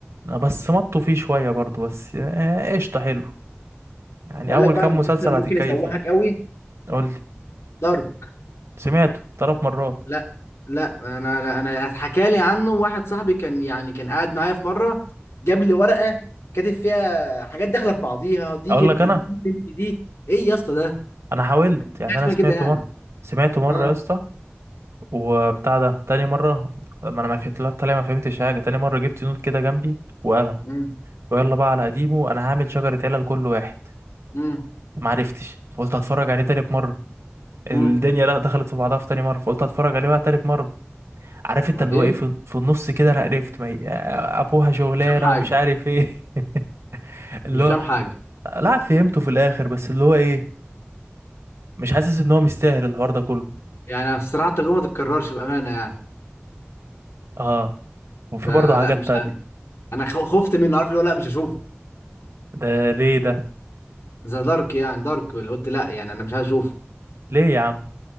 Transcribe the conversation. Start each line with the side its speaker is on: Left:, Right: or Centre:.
Right: آه، بس مطوا فيه شوية برضو بس آه، قشطة حلو يعني
Left: اقول
Right: أول
Left: لك بقى
Right: كام
Left: المسلسل
Right: مسلسل
Left: اللي
Right: هتتكيف
Left: ممكن يسوحك
Right: منه
Left: قوي
Right: قول لي
Left: دارك
Right: سمعته ثلاث مرات
Left: لا لا انا انا أنا اتحكى لي عنه واحد صاحبي كان يعني كان قاعد معايا في مره جاب لي ورقه كاتب فيها حاجات داخله في بعضيها دي
Right: أقول
Left: جدي
Right: لك أنا
Left: دي بنتي دي ايه يا اسطى ده
Right: أنا حاولت
Left: مفيش حاجه
Right: يعني
Left: اسمها
Right: أنا سمعته
Left: كده يعني
Right: مرة سمعته مرة
Left: اه
Right: يا اسطى وبتاع ده تاني مرة ما أنا ما فهمت لا، طالع ما فهمتش حاجة تاني مرة جبت نوت كده جنبي وقلم
Left: امم
Right: ويلا بقى على قديمه أنا هعمل شجرة علل كل واحد
Left: امم
Right: معرفتش فقلت هتفرج عليه تالت مرة الدنيا
Left: امم
Right: لا دخلت في بعضها في تاني مرة فقلت هتفرج عليه بقى تالت مرة عارف انت
Left: بعدين
Right: اللي هو ايه في, في النص كده انا قرفت ما هي- ابوها شغلانه
Left: مش فاهم حاجه
Right: ومش عارف ايه <laughs> اللي
Left: مش
Right: هو
Left: فاهم حاجه
Right: لا فهمته في الاخر بس اللي هو ايه مش حاسس ان هو مستاهل الحوار ده كله
Left: يعني بصراحه التجربه ما تتكررش بامانه يعني
Right: اه وفي
Left: ده
Right: برضه
Left: لا
Right: حاجات
Left: مش
Right: تانية
Left: عارف انا خ- خفت منه عارف اللي هو لا مش هشوفه
Right: ده ليه ده
Left: ذا دارك يعني دارك اللي قلت لا يعني انا مش عايز اشوفه
Right: ليه يا عم